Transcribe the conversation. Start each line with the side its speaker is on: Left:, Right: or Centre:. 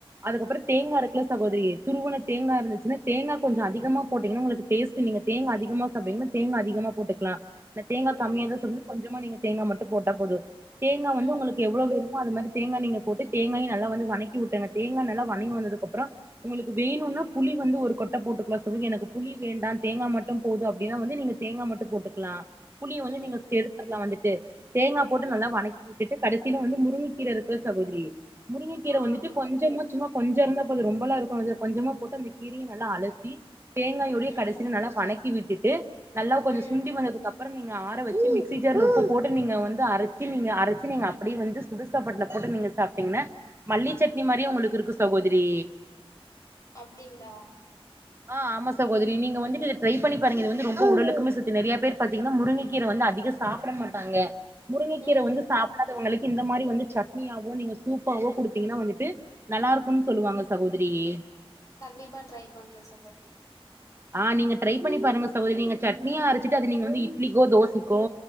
Right: அதுக்கப்புறோ தேங்கா இருக்குல சகோதிரி டேஸ்ட் துருவுன தேங்கா இருந்துச்சுனா தேங்கா கொஞ்சோ அதிகமா போட்டீங்கன்னா உங்குளுக்கு டேஸ்ட்டு நீங்க தேங்கா அதிகமா சாப்டுவீங்கனா தேங்கா அதி அதிகமா போட்டுக்கலா இந்த தேங்கா
Left: ம்
Right: கம்மியாதா சொ கொஞ்சமா நீங்க தேங்கா மட்டோ போட்டா போதோ தேங்கா
Left: ம்
Right: வந்து உங்குளுக் இருக்கோ அது மாரி தேங்கா நீங்க போட்டு தேங்காய நல்லா வந்து வணக்கி வுட்டுங்க தேங்கா நல்லா வணங்கி வந்ததுகப்புறோ உங்குளுக்கு வே ணோனா புளி வந்து ஒரு கொட்ட போட்டுக்குலா சகோதுரி எனக்கு புளி வேண்டா தேங்கா மட்டு போது அப்டீன்னா வந்து நீங்க தேங்கா மட்டு போட்டுக்கலா புளிய
Left: ம்
Right: வந்து நீங்க எடுத்துற்லா வந்துட்டு தேங்கா போட்டு
Left: ம்
Right: நல்லா வணக்கி விட்டுட்டு கடசி வந்து முருங்கக்கீர இருக்குல சகோதரி முருங்கக்கீர
Left: ஆமா
Right: வந்துட்டு கொஞ்சமா சும்மா கொஞ்சோ இருந்தா போதோ ரொம்பெல்லா இருக்கோ அது கொஞ்சமா போட்டு அந்த கீரய நல்லா அலசி தேங்காயோடயே
Left: ம்
Right: கடைசியா நல்லா வணக்கி விட்டுட்டு நல்லா கொஞ்சோ
Left: ம்
Right: சுண்டி வந்ததுக்கப் புறோ நீங்க ஆற வெச்சு மிக்சி ஜார்ல போட்டு நீங்க வந்து அரச்சி நீங்க அரச்சி நீங்க அப் அப்டி வந்து சுடுசாப்பாட்டுல போட்டு நீங்க சாப்பிட்டீங்னா மல்லி சட்னி மாரியே உங்குளுக்கு இருக்கு சகோதுரி
Left: அப்டிங்களா
Right: அ ஆமா சகோதரி நீங்க வந்துட்டு ட்ரை பண்ணி பாருங்க இது வந்து ரொம்போ உடலக்குமே சத்து நறிய பேரு பாத்தீங்கன்னா முருங்கீர வந்து அதிகமா சாப்புட மாட்டாங்க முருங்கக்கீர
Left: ம்
Right: வந்து சாப் புற உங்குளுக்கு இந்த மாரி வந்து சட்னியாவோ நீங்க சூப்பாவோ குடுத்தீங்கன்னா வந்துட்டு நல்லா இருக்கோனு சொல்லுவாங்க சகோதிரி ஏ
Left: கண்டிப்பா ட்ரை பண்றே சகோதிரி
Right: ஆ நீங்க ட்ரை பண்ணி பாருங்க சகோதிரி நீங்க சட்னியா அரச்சிட்டு அது நீங்க வந்து இட்லிக்கோ தோசிக்கோ